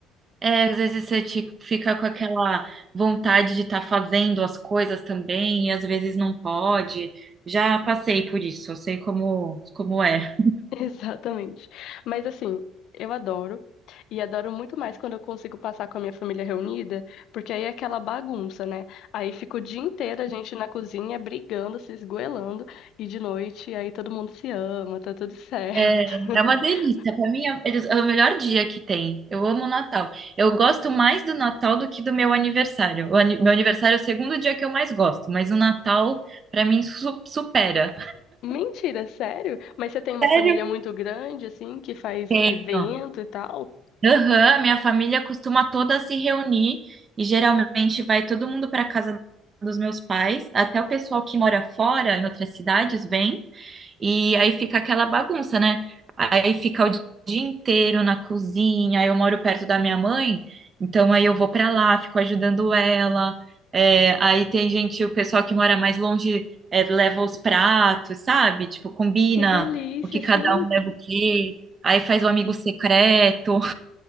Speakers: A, on the right; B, on the left.
A: É, às vezes você te- fica com aquela vontade de estar fazendo as coisas também, e às vezes não pode. Já passei por isso, eu sei como, como é.
B: <laughs> Exatamente. Mas assim, eu adoro. E adoro muito mais quando eu consigo passar com a minha família reunida, porque aí é aquela bagunça, né? Aí fica o dia inteiro a gente na cozinha brigando, se esgoelando, e de noite aí todo mundo se ama, tá tudo certo.
A: É,
B: <laughs>
A: é uma delícia. Para mim é, é o melhor dia que tem. Eu amo o Natal. Eu gosto mais do Natal do que do meu aniversário. O ani- meu aniversário é o segundo dia que eu mais gosto, mas o Natal, para mim, su- supera.
B: Mentira, sério? Mas você tem uma
A: Sério?
B: família muito grande, assim, que faz
A: Tenho.
B: evento e tal?
A: Aham, minha família costuma toda se reunir e geralmente vai todo mundo para casa dos meus pais, até o pessoal que mora fora, em outras cidades, vem e aí fica aquela bagunça, né? Aí fica o dia inteiro na cozinha. Eu moro perto da minha mãe, então aí eu vou para lá, fico ajudando ela. É, aí tem gente, o pessoal que mora mais longe, é, leva os pratos, sabe? Tipo, combina
B: Que delícia,
A: o que cada
B: assim.
A: um leva o quê. Aí faz o amigo secreto.